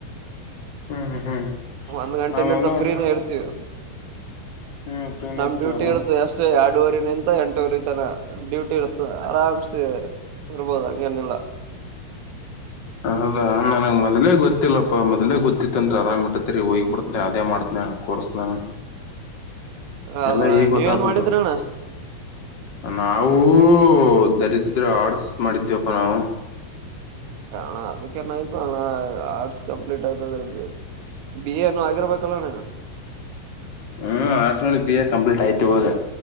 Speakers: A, on the left (about 30°); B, on the right (about 80°).
A: ಹ್ಮ್ ಹ್ಮ್ ಹ್ಮ್
B: ಒಂದ್ ಗಂಟೆನೆಂತ
A: ಆಮೇಲೆ
B: ಫ್ರೀನ ಹೇಳ್ತೀವಿ
A: ಹ್ಮ್ ಫ್ರೀನೇ
B: ನಮ್
A: ಇರ್ತೀವಿ
B: ಡ್ಯೂಟಿ
A: ಆರಾಮ್
B: ಇರುತ್ತೆ ಅಷ್ಟೇ ಆ ಎರಡೂುವರಿ ನಿಂತ ಎಂಟವರಿ ತನ ಡ್ಯೂಟಿ ಇರುತ್ತ ಆರಾಮ್ಸೆ ಇರ್ಬೋದು ಅಂಗನಿಲ್ಲ
A: ಹೌದಾ ನನಗೆ ಮೊದ್ೇ ಗೊತ್ತಿಲ್ಲಪ್ಪಾ ಮೊದಲೇ ಗೊತ್ತ ಅಂದ್ರ ಆರಾಮ ಇಟ್ಟತ್ತತ್ರಿ ಹೋಗಿ ಬಿಡತನನೆ ಅದೇ ಮಾಡ್ತನ ಕೋರ್ಸನಾನ
B: ಅದಣ್ಣ
A: ಎಲ್ಲ ಈಗ್ ಗೊತ್ತ
B: ನೀವೇನ್
A: ಕುಂತು
B: ಮಾಡಿದ್ರಿ ಅಣ್ಣ
A: ನಾವು ಹ ದರಿದ್ರ ಆರ್ಸ್ ಮಾಡಿದ್ದೇವಪ್ಪಾ ನಾವು
B: ಅಣ್ಣ ಅದಕ್ಕ ನ ಆಾಯ್ತು ಅಣ್ಣ ಆರ್ಟ್ಸ್ ಕಂಪ್ಲೀಟ್ ಆಯ್ತದ್ರೆ ಬಿ ಎನು ಆಗಿರ್ಬೇಕಲ್ಲಣ
A: ಹ್ಮ್ ಆರ್ಟ್ಸ್ ನೋಿ ಬಿ ಎ ಕಂಪ್ಲೀಟ್ ಆಯ್ತಿ ಇವಾಗ